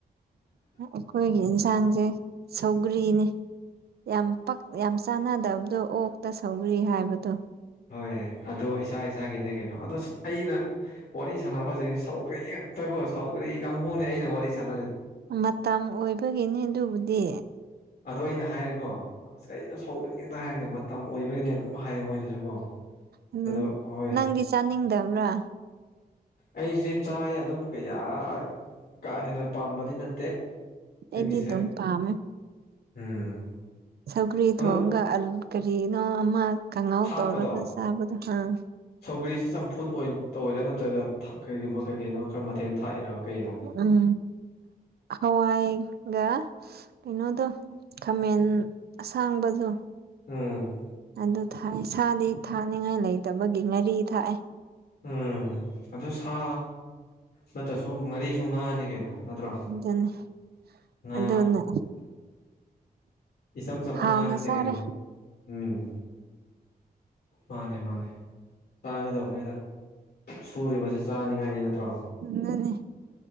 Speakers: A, on the right; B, on the left.
A: ꯑꯩꯈꯣꯏꯒꯤ ꯑꯦꯟꯁꯥꯡꯁꯦ ꯁꯧꯒ꯭ꯔꯤꯅꯤ ꯌꯥꯝ ꯌꯥꯝ ꯆꯥꯟꯅꯗꯕꯗꯣ ꯑꯣꯛꯇ ꯁꯧꯔꯤ ꯍꯥꯏꯕꯗꯣ
B: ꯍꯣꯏ ꯑꯗꯣ ꯏꯁꯥ ꯏꯁꯥꯒꯤꯅꯦ ꯀꯩꯅꯣ ꯑꯗꯣ ꯑꯩꯅ ꯋꯥꯔꯤ ꯁꯥꯟꯅꯕꯁꯤ ꯁꯧꯈ꯭ꯔꯦ ꯉꯛꯇꯀꯣ ꯁꯧꯈ꯭ꯔꯦ ꯀꯥꯡꯕꯨꯅꯤ ꯑꯩꯅ ꯋꯥꯔꯤ ꯁ
A: ꯃꯇꯝ ꯑꯣꯏꯕꯒꯤꯅꯤ ꯑꯗꯨꯕꯨꯗꯤ
B: ꯑꯗꯣ ꯑꯩꯅ ꯍꯥꯏꯔꯦꯀꯣ ꯑꯁ ꯀꯩꯅꯣ ꯁꯧꯈ꯭ꯔꯦꯦꯛꯇ ꯍꯥꯏꯔꯒꯦ ꯃꯇꯝ ꯑꯣꯏꯕꯒꯤꯅꯦ ꯑꯗꯨꯝ ꯍꯥꯏꯌꯦ ꯃꯣꯏꯅꯁꯨꯀꯣ
A: ꯑꯗꯨ
B: ꯑꯗꯣ ꯍꯣꯏ
A: ꯅꯪꯗꯤ ꯆꯥꯅꯤꯡꯗꯕ꯭ꯔꯥ
B: ꯑꯩꯁꯦ ꯆꯥꯏ ꯑꯗꯨꯕꯨ ꯀꯌꯥ ꯀꯥ ꯍꯦꯟꯅ ꯄꯥꯝꯕꯗꯤ ꯅꯠꯇꯦ
A: ꯑꯦꯗꯤ
B: ꯑꯩꯒꯤꯁꯦ
A: ꯑꯗꯨꯝ ꯄꯥꯝꯃꯦ
B: ꯎꯝ
A: ꯁꯒꯔꯤ
B: ꯑꯗꯣ
A: ꯊ ꯍꯣꯡꯒ ꯑ ꯀꯔꯤꯅꯣ ꯑꯃ ꯈꯪꯉꯥꯎ
B: ꯊꯥꯛꯄꯗꯣ
A: ꯇꯧꯔꯒ ꯆꯥꯕꯗꯣ ꯍꯪ
B: ꯁꯧꯒ꯭ꯔꯤꯁꯤ ꯆꯝꯐꯨꯠ ꯑꯣꯏꯅ ꯇꯧꯤꯔꯥ ꯅꯠꯇ꯭ꯔꯒ ꯀꯩꯒꯨꯝꯕ ꯀꯩ ꯀꯅꯣ ꯈꯔ ꯃꯊꯦꯜ ꯊꯥꯛꯏꯔꯥ ꯀꯩꯅꯣ
A: ꯎꯝ ꯍꯋꯥ ꯏꯒ ꯀꯩꯅꯣꯗꯣ ꯈꯥꯃꯦꯟ ꯑꯁꯥꯡꯕꯗꯣ
B: ꯎꯝ
A: ꯑꯗꯨ ꯊꯥꯛꯦ ꯁꯥꯗꯤ ꯊꯥꯛꯅꯤꯡꯉꯥꯏ ꯂꯩꯇꯕꯒꯤ ꯉꯥꯔꯤ ꯊꯥꯛꯑꯦ
B: ꯎꯝ ꯑꯗꯨ ꯁꯥ ꯅꯠꯇ꯭ꯔꯁꯨ ꯉꯥꯔꯤꯁꯨ ꯉꯥꯅꯤ ꯀꯩꯅꯣ ꯅꯠꯇ꯭ꯔꯣ
A: ꯑꯗꯨꯅꯤ
B: ꯉꯥ
A: ꯑꯗꯨꯅ
B: ꯏꯝ ꯁꯃꯉꯥ
A: ꯍꯥꯎꯅ
B: ꯅꯠꯇ
A: ꯆꯥꯔꯦ
B: ꯀꯩꯅꯩꯅꯣ ꯎꯝ ꯃꯥꯅꯦ ꯃꯥꯅꯦ ꯆꯥꯡꯒꯗꯧꯕꯅꯤꯩꯗ ꯁꯨꯔꯤꯕꯁꯤ ꯆꯥꯅꯤꯡꯉꯥꯏꯅꯤ ꯅꯠꯇ꯭ꯔꯣ
A: ꯉꯅꯤ